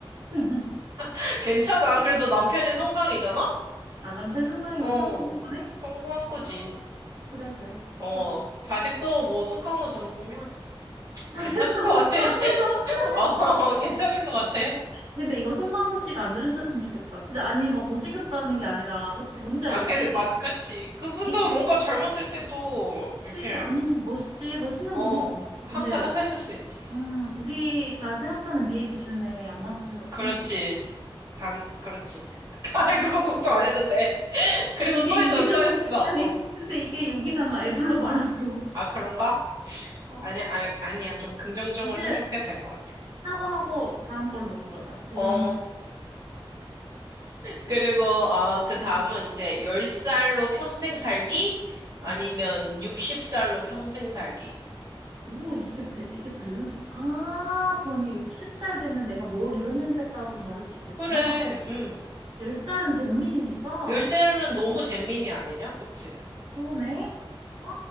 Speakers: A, on the right (about 75°); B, on the right (about 45°).
A: <laughs>
B: <laughs> 괜찮아. 그래도 남편이 송강이잖아?
A: 아 남편 송강이면
B: 어,
A: 성공한 거네?
B: 성공한 거지.
A: 아, 그래 그래
B: 어,
A: 좋다 <laughs>
B: 자식도 뭐 송강호 전공이면
A: 다시
B: 괜찮은
A: 또
B: 것
A: 송강호
B: 같아. <laughs>
A: 좋다
B: 어, 괜찮은 것 같아.
A: 근데 이거 송강호 씨가 안 들으셨으면 좋겠다 진짜 아니 막 못생겼다는 게 아니라 그치 뭔지
B: 아,
A: 알지?
B: 그래, 맞, 그치. 그분도
A: 이
B: 뭔가 젊었을 때 또, 이렇게,
A: 그치 아니 멋있지 멋있는
B: 어,
A: 분이시지
B: 한가닥
A: 근데
B: 했을 수 있지.
A: 음 우리가 생각하는 미의 기준에 안 맞는다
B: 그렇지.
A: 뿐이지
B: 단, 그렇지. <laughs> 아, 그건 걱정 안 해도 돼. 그리고
A: 이게
B: 또
A: 욕이잖아.
B: 있어, 또 있어.
A: 아니,
B: 어.
A: 근데 이게 욕이잖아. 애들로 말하면 욕.
B: 아, 그런가?
A: 어.
B: 아니야, 아니, 아니야. 좀 긍정적으로
A: 아무튼
B: 생각해도 될 것 같아.
A: 사과하고 다음 걸로 넘어가자. 죄송합니다.
B: 어, 그리고, 아, 그 다음은
A: 음.
B: 이제 10살로 평생 살기? 아니면
A: 어.
B: 60살로 평생 살기?
A: 이거 이게 배- 이게 밸런스가 아, 그런데 60살 되면 내가 뭘 이뤘는지에 따라 또 다를 수 있겠구나.
B: 그래, 음.
A: 10살은 잼민이니까
B: 10살은 너무 잼민이 아니냐? 그치?
A: 그러네. 아,